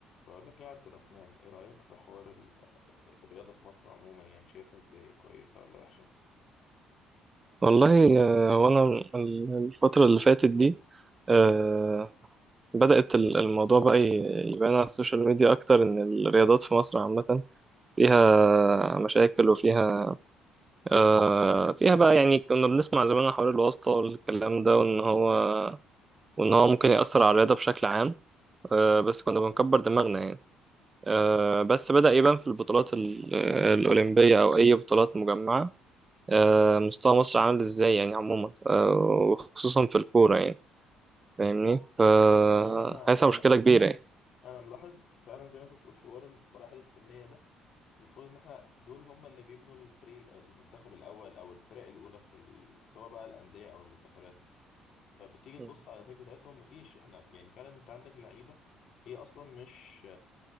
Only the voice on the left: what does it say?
بقول لك يا عبد الرحمن ايه رأيك في حوار ال- الرياضة في مصر عموما يعني شايفها ازاي كويسة ولا وحشة
هو
هو كمان انا
انا ملاحظ فعلا زي ما انت بتقول حوار المراحل السنية ده المفروض ان احنا دول هم اللي بيبنوا الفريق المنتخب الاول او الفرق الاولى في ال... سواء بقى الأندية او المنتخبات فبتيجي تبص
على النتائج بتاعتهم مفيش احنا يعني فعلا انت عندك لعيبة هي اصلا مش